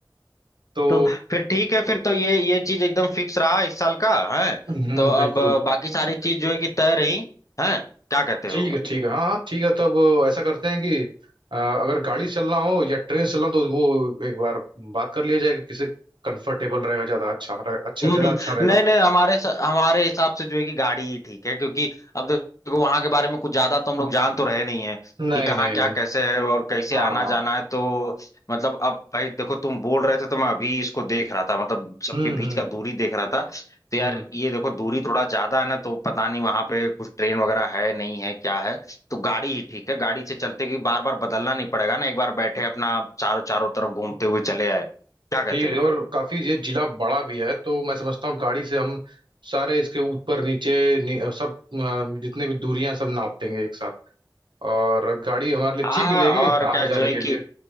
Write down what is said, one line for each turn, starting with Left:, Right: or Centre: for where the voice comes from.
Right: तो
Left: तो फिर ठीक है फिर तो ये ये चीज एकदम फिक्स रहा इस साल का है
Right: हम्म
Left: तो अब
Right: बिल्कुल
Left: अ, बाकी सारी चीज जो है कि तय रही है क्या कहते हो
Right: ठीक है ठीक है हाँ हाँ, ठीक है तब ऐसा करते हैं कि अ, अगर गाड़ी से चलना हो या ट्रेन से चलना हो, तो वो एक बार बात कर लिया जाएगा किसे कंफर्टेबल रहेगा ज्यादा अच्छा रहे-
Left: <laughs>
Right: अच्छा
Left: हम्म,
Right: ज्यादा
Left: हम्म।
Right: अच्छा रहेगा
Left: नहीं नहीं हमारे स- हमारे हिसाब से जो है कि गाड़ी ही ठीक है क्योंकि अब देखो वहां के बारे में कुछ ज्यादा तो हम लोग जान तो रहे नहीं है
Right: नहीं
Left: कि कहाँ
Right: नहीं
Left: क्या
Right: नहीं
Left: कैसे है और कैसे
Right: हाँ
Left: आना
Right: हाँ
Left: जाना है तो मतलब अब भाई देखो तुम बोल रहे थे तो मैं अभी इसको देख रहा था मतलब सबके
Right: हम्म
Left: बीच
Right: हम्म
Left: का दूरी देख रहा था तो यार
Right: हम्म
Left: ये देखो दूरी थोड़ा ज्यादा है ना तो पता नहीं वहां पे कुछ ट्रेन वगैरह है नहीं है क्या है तो गाड़ी ही ठीक है गाड़ी से चलते कि बार बार बदलना नहीं पड़ेगा ना एक बार बैठे अपना चारों चारों तरफ घूमते हुए चले आए क्या कहते
Right: ठीक है
Left: हो
Right: ठीक है। और काफी ये जिला बड़ा भी है तो मैं समझता हूँ गाड़ी से हम सारे इसके ऊपर नीचे नी, सब अ, जितने भी दूरियां सब नाप देंगे एक साथ और गाड़ी हमारे लिए
Left: हाँ
Right: ठीक भी रहेगी
Left: और
Right: आने
Left: क्या
Right: जाने
Left: जो है
Right: के
Left: कि
Right: लिए